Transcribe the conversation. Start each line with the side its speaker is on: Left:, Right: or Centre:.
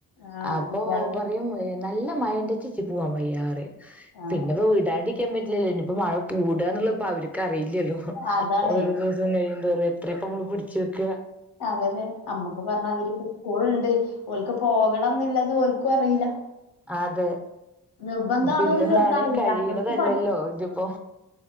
Left: ആഹ്
Centre: അപ്പൊ
Left: കുട്ടികള്
Centre: നല്ല മയണ്ടിങ്ങി ഇച്ചിച്ചി പോവൻയ്യന്നറയും
Left: ആഹ്
Centre: പിന്നപ്പ വിടാണ്ട് ഇരി ക്കാൻ പറ്റില്ലല്ലോ ഇനിപ്പ മഴ കൂടാന്നള്ള അവർക്ക്റിയില്ലല്ലോ
Left: അതാണേ
Centre: ഓരോ ദിവസം കഴിയുന്തോറും എത്ര ഇപ്പ നമ്മള് പിടിച്ചു വെക്കുക
Left: അതല്ലേ അമ്മുക്ക് പറഞ്ഞാതിരിക്ക സ്കൂൾ ഉണ്ട് ഒൽക്ക് പോകണം എന്നുള്ളത് ഓല്ക്കും അറിയില്ല
Centre: അതെ
Left: നിർബന്ധാണ്ന്ന്ള്ള
Centre: ഇത്പ്പോ ഇന്ന നാള
Left: ഓൽക്കറിയില്ല
Centre: കഴിയണതല്ലല്ലോ
Left: ഓൽക്ക്
Centre: ഇതിപ്പോ